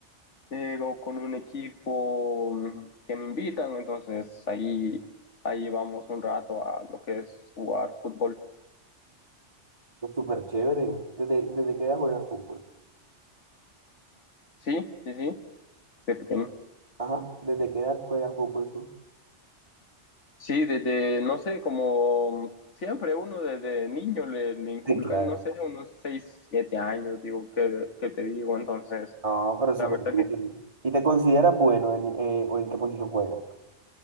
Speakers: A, on the left; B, on the right.
A: eh, o con un equipo mm, que me invitan. Entonces ahí, ahí vamos un rato a lo que es jugar fútbol.
B: Pues súper chévere. ¿Desde, desde qué edad juegas fútbol?
A: Sí, sí, sí, de pequeño.
B: De- Ajá, ¿desde qué edad juegas fútbol tú?
A: Sí, desde, no sé, como siempre uno desde niño le, le inculcan,
B: Sí, claro.
A: no sé, unos 6 7 años, digo, que, que te digo, entonces,
B: No, pero súper
A: la verdad
B: bien.
A: que
B: ¿Y te consideras bueno en, eh, o en qué posición juegas?